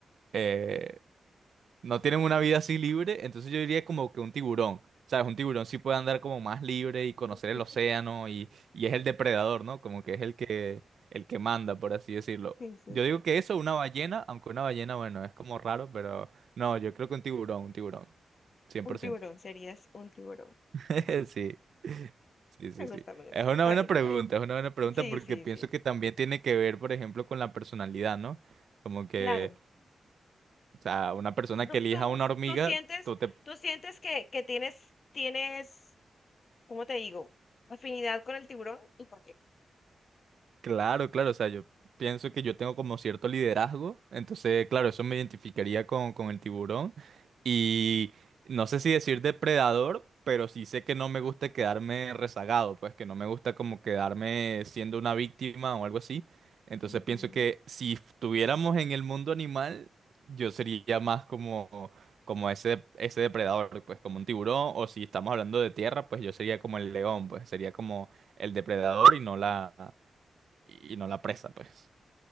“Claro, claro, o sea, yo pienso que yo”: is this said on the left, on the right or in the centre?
Right